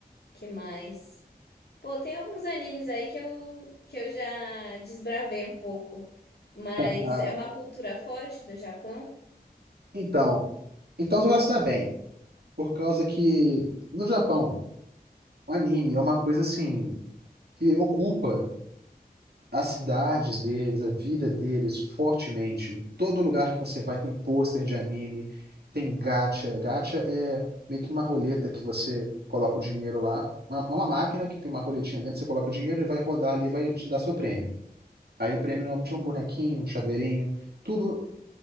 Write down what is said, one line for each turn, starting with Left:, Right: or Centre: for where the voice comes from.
Left: Que mais? Pô, tem alguns animes aí que eu, que eu já desbravei um pouco, mas
Right: Ah,
Left: é uma cultura forte do Japão.
Right: Então, então você vai se dar bem, por causa que no Japão, o anime é uma coisa assim que ocupa as cidades deles, a vida deles, fortemente. Em todo lugar que você vai tem pôster de anime, tem gacha. Gacha é meio que uma roleta que você coloca o dinheiro lá. É Uma, é uma máquina que tem uma roletinha dentro, você coloca o dinheiro, ele vai rodar ali e vai te dar seu prêmio. Aí o prêmio normalmente é um bonequinho, um chaveirinho, tudo,